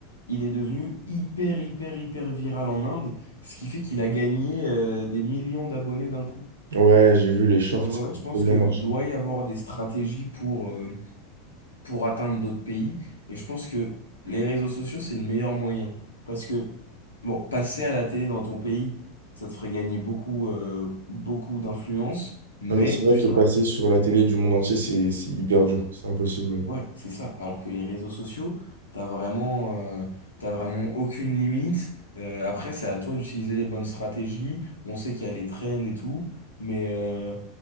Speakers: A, on the left; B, on the right.
A: il est devenu hyper, hyper, hyper viral en Inde, ce qui fait qu'il a gagné euh, des millions d'abonnés d'un coup.
B: Ouais, j'ai vu les shorts,
A: Donc
B: ça
A: en fait,
B: a
A: je pense
B: trop bien
A: qu'il
B: marché.
A: doit y avoir des stratégies pour, euh, pour atteindre d'autres pays, et je pense que les réseaux sociaux, c'est le meilleur moyen. Parce que, bon, passer à la télé dans ton pays, ça te ferait gagner beaucoup, euh, beaucoup d'influence, mais
B: Non, mais c'est vrai
A: tu
B: que
A: seras
B: passer sur la télé du monde entier, c'est c'est hyper dur. C'est impossible. même.
A: Ouais, c'est ça. Alors que les réseaux sociaux, t'as vraiment, euh, t'as vraiment aucune limite. Euh, après, c'est à toi d'utiliser les bonnes stratégies. On sait qu'il y a les trends et tout. Mais euh,